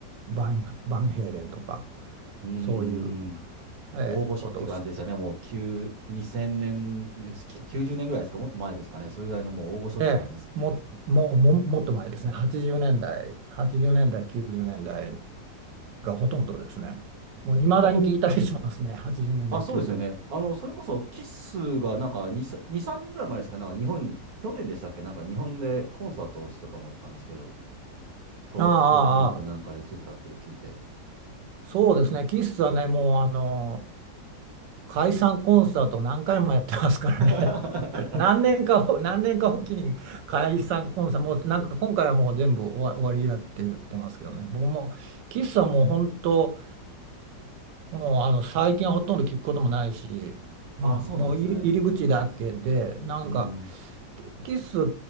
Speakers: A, on the right; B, on the right.
A: バン、バンヘイレンとか、
B: うー
A: そういう、
B: ん。
A: えーことをし
B: 大御所って感じですよね。もう、9、2000年、90年ぐらいですか、もっと前ですかね。それぐらいのもう大御所って感じです。
A: て、も、もう、も、もっと前ですね、80年代、80年代、90年代がほとんどですね。もういまだに聞いたりしますね、
B: あの、うん
A: 80年代、
B: あ、そうですよね。
A: 90年代。
B: あの、それこそ、キスがなんか2、2、3年ぐらい前でしたっけなんか日本、去年でしたっけなんか日本でコンサートをしたと思ったんですけど、東京ドームかなんかで来てたって聞いて。
A: ああ、ああ、そうですね、
B: うん
A: キスはね、もうあの解散コンサートを何回もやってますからね、
B: <laughs>
A: <laughs> 何年かを、何年かおきに解散コンサート、もうなんか今回はもう全部終わ、終わりだって言ってますけどね、僕もキスはもう本当、もうあの最近はほとんど聞くこともないし、
B: あ、そうなんですね。
A: もう入り入り口だけで、なんか
B: うん。
A: キスっ